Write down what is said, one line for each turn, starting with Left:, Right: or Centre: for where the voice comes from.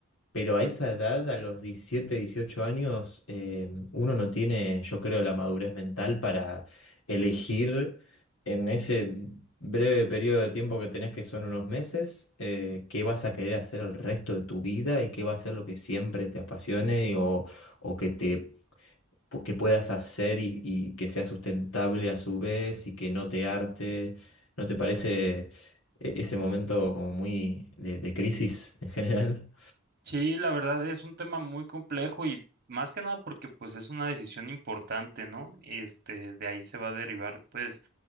Left: pero a esa edad, a los 17, 18 años, eh, uno no tiene, yo creo, la madurez mental para elegir en ese breve periodo de tiempo que tenés, que son unos meses, eh, qué vas a querer hacer el resto de tu vida y qué va a ser lo que siempre te apasione o, o que te, que puedas hacer y, y que sea sustentable a su vez y que no te harte. ¿No te parece eh, ese momento como muy de de crisis en general?
Right: Sí, la verdad es un tema muy complejo y más que nada porque pues es una decisión importante, ¿no? Y este, de ahí se va a derivar pues